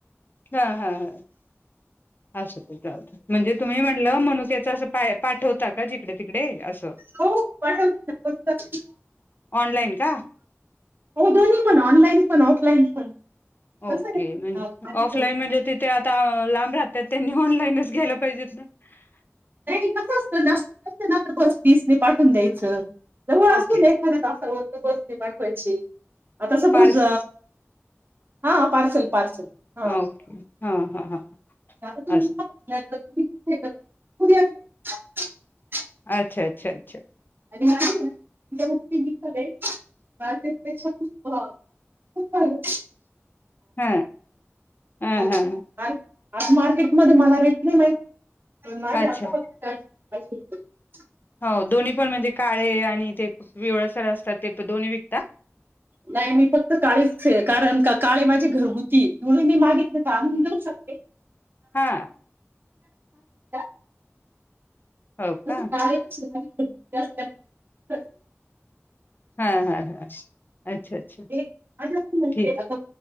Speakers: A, on the left; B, on the right.
A: हा हा हा असुदे चालतय म्हणजे तुम्ही म्हंटलं मनुक्याच अ पाठवता का जे इकडे तिकडे अस
B: हो पाठवते
A: ऑनलाइन का?
B: हो दोन्ही पण ऑनलाईन पण ऑफलाईन पण कसं
A: ओके
B: आहे
A: ऑफलाईन म्हणजे तिथे आता लांब राहत्यात त्यांनी ऑनलाईनच घ्यायला पाहिजेत <unintelligible>
B: नाही कसं असतं नाशिक ना बस तीसने पाठवून द्यायचं जवळ
A: ओके
B: असते ना एखादया तासाला बसणे पाठवायची आता सपोज
A: पार्स
B: हा पार्सल पार्सल हा
A: ओके हा हा हा
B: <inaudible> हे
A: असं
B: <unintelligible> उद्या.. <inaudible>
A: अच्छा अच्छा अच्छा
B: आणि <unintelligible> <inaudible> <unintelligible> पैसा खूप <unintelligible> खूप आलेत <unintelligible>
A: हा हा
B: हो हो
A: हा
B: आज, आज मार्केटमध्ये मला रेट नाही माहिती. माझे
A: अच्छा
B: आता फक्त <unintelligible> <unintelligible>
A: हो दोन्ही पण म्हणजे काळे, आणि ते पिवळसर असतात ते दोन्ही विकता?
B: नाही मी फक्त काळेच आहे. कारण का काळे माझे घरघु ती म्हणू मी मागितलं तर आणून देऊ शकते.
A: हा
B: <unintelligible> <unintelligible>
A: हो का
B: तं <unintelligible> <unintelligible>
A: हा हा हा अच्छा, अच्छा, अच्छा,
B: हे आणि म्हणजे
A: ठीक.
B: आता